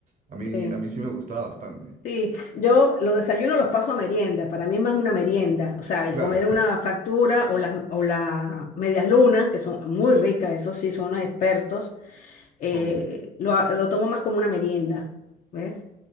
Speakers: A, on the right (about 50°); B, on the left (about 50°).
A: A mí,
B: Sí.
A: a mí sí me gustaba bastante.
B: Sí, yo los desayunos los paso a merienda, para mí es más una merienda, o sea, el
A: Claro,
B: comer una factura o las, o las medias lunas, que son muy ricas, eso sí, son unos expertos, eh,
A: son,
B: lo, a- lo tomo más como una merienda, ¿ves?